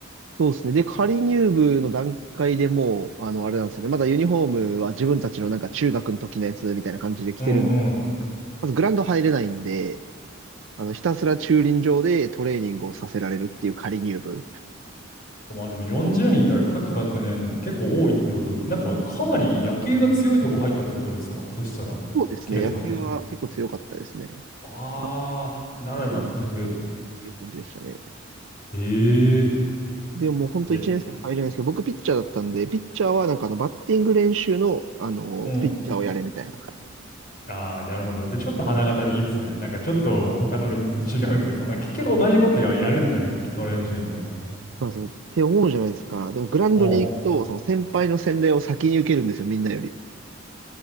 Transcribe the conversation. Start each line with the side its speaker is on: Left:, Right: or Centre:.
Right: そうですね。で、仮入部の段階でもう、あの、あれなんですよね。まだユニフォームは自分たちのなんか中学の時のやつみたいな感じで着てるんです。
Left: うんうん。
Right: まずグラウンド入れないんで、あの、ひたすら駐輪場でトレーニングをさせられるっていう仮入部。
Left: まあでも40人いたら各学年結構多いってことで、なんかかなり野球が強いとこ入ったってことですかそしたら、
Right: そうですね、
Left: K
Right: 野球は結構強かったですね。
Left: さん。あー、
Right: あ、
Left: なら納得。
Right: 100人ぐらいっていう感じでしたね。
Left: ええ。
Right: でももう本当1年生入れないですけど、
Left: で、
Right: 僕ピッチャーだったんで、ピッチャーはなんかあのバッティング練習の、あの、
Left: うん。
Right: ピッチャーをやれみたいな。
Left: ああ、なるほど。で、ちょっと花形でいいですね。なんかちょっと他のみんなと違うというか、まあ結局同じことはやるんだけど、
Right: いや、
Left: 基礎練習みたいな。
Right: そうなんですよ。って思うじゃないですか。でもグラウンドに行くと、
Left: うん。
Right: その先輩の洗礼を先に受けるんですよ、みんなより。